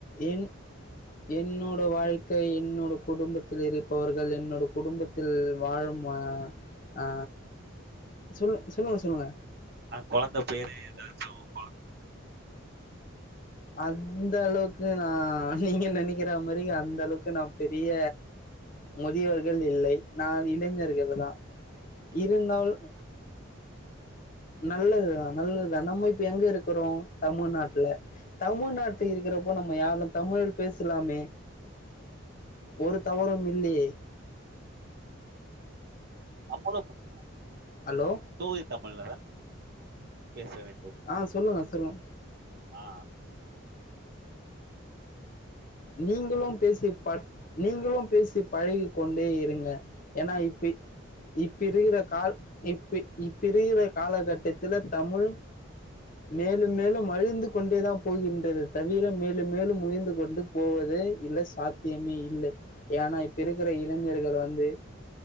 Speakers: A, on the left (about 40°); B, on the right (about 50°).
A: என் என்னோட வாழ்க்கை என்னோட குடும்பத்தில இரு ப்பவர்கள் என்னோடு குடும்பத்தில் வாழும் அ அ சொல் சொல்லுங்க சொல்லுங்க
B: ஆ கொழந்த பேரு ஓ <unintelligible>
A: அந்த அளவுக்கு நா நீங்க நினக்கிற மாறி அந்த அளவுக்கு நா பெரிய முதியவர்கள் இல்லை நான் இளைஞர்கள் தான் இருந்தால் நல்லதுதா நல்லதுதா நம்ம இப்ப எங்க இருக்கறோ தமிழ்நாட்டுல தமிழ்நாட்டை இருக்கிறப்போ நம்ம யாரும் தமிழ்ல பேசலாமே ஒரு தவறும் இல்லையே
B: அம்பள பெட் <unintelligible>
A: ஹலோ
B: தூய தமிழ்ல தான் பேச வேண்டும்
A: அ சொல்லுங்க சொல்லுங்க
B: ஆ
A: நீங்களும் பேசி பாத் நீங்களும் பேசி பழகி கொண்டே இருங் அ ஏன்னா இப்பி இப்பி இருக்கிற கால் இப்பி இப்ப இருக்கீற காலகட்டத்துல தமுழ் மேலும் மேலும் அழிந்து கொண்டே தா போகின்றது தவிர மேலும் மேலும் உயர்ந்து கொண்டு போவது இல்ல சாத்தியமே இல்ல ஏனா இப்ப இருக்குற இளை ஞர்கள்‌ வந்து